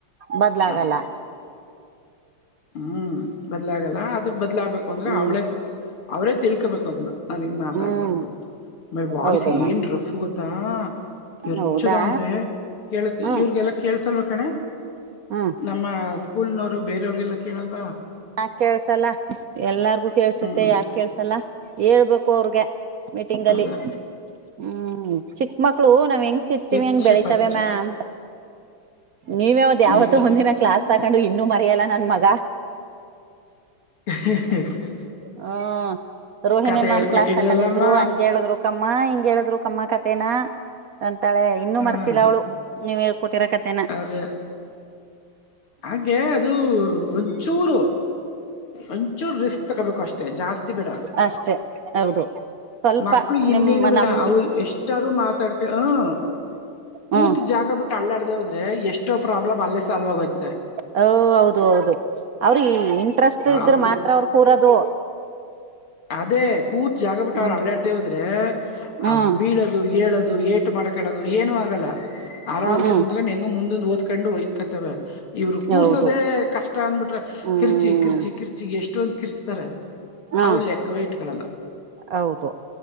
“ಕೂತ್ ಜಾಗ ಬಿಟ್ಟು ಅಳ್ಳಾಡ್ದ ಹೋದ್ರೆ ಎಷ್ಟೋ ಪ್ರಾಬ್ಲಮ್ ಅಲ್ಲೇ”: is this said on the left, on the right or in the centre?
Left